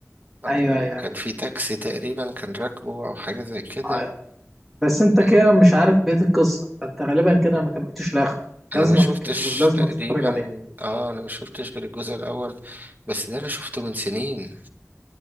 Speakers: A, on the right; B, in the centre.
A: أو
B: أيوه أيوه
A: كان في تاكسي تقريبا كان راكبه أو حاجة زي كده
B: أيوه بس انت كده
A: أيوة.
B: مش عارف بقية القصة فانت غالبا كده ما كملتوش لاخره
A: أنا
B: لازم
A: ما شفتش
B: تكمله لازم
A: تقريبا
B: تتفرج عليه
A: آه أنا ما شفتش غير الجزء الأول بس ده أنا شفته من سنين